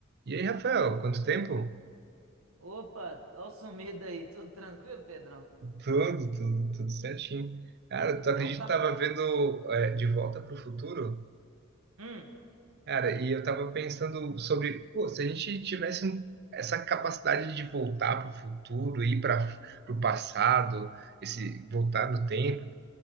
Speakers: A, on the right; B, on the right.
A: E aí, Rafael, quanto tempo?
B: Opa, ó o sumido aí, tudo tranquilo, Pedrão?
A: Tudo, tudo, tudo certinho. Cara, tu acredita
B: Então tá
A: que eu tava
B: bom.
A: vendo é, De Volta pro Futuro?
B: Hum,
A: Cara, e eu tava pensando sobre, pô, se a gente tivesse um- essa capacidade de voltar pro futuro, ir para pro passado, esse voltar no tempo,